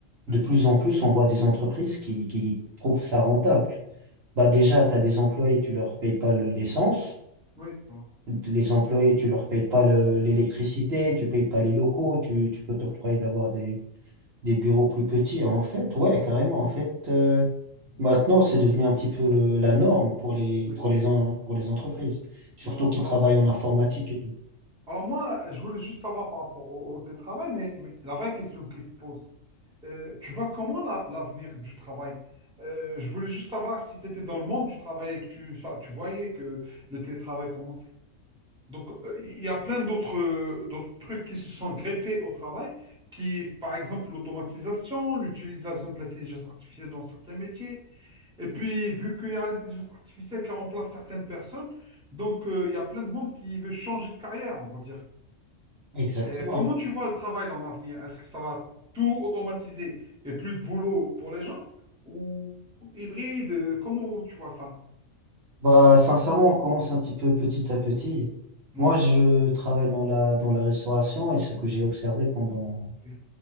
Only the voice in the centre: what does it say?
oui,
oui, voilà.
Voilà.
Oui,
voilà.
Alors,
alors moi, je voulais juste savoir par rapport au, au télétravail, mais, mais la vraie question qui se pose, euh, tu vois comment la- l'avenir du travail? Euh, je voulais juste savoir si tu étais dans le monde du travail et que tu, sa- tu voyais que le télétravail commençait. Donc, euh, il y a plein d'autres euh, d'autres trucs qui se sont greffés au travail, qui, par exemple, l'automatisation, l'utilisation de l'intelligence artificielle dans certains métiers. Et puis, vu qu'il y a l'intelligence artificielle qui remplace certaines personnes, donc euh, il y a plein de monde qui veut changer de carrière, on va dire.
Euh, comment tu vois le travail dans l'avenir? Est-ce que ça va tout automatiser et plus de boulot pour les gens? Ou hybride? euh, Comment tu vois ça?
Mhm.
Ok,